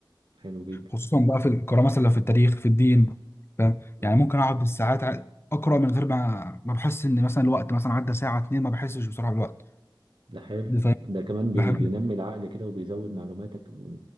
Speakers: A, on the right; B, on the left.
A: حلو جدا
B: خصوصا بقى في القراءة مثلا لو في التاريخ في الدين فاهم
A: اه
B: يعني ممكن أقعد بالساعات ع- أقرأ من غير ما ما بحس إن مثلا الوقت مثلا عدى ساعة اتنين ما بحسش بصراحة بالوقت
A: ده حلو
B: دي فاهم
A: ده كمان بي...
B: بحب
A: بينمي العقل كده وبيزود معلوماتك و...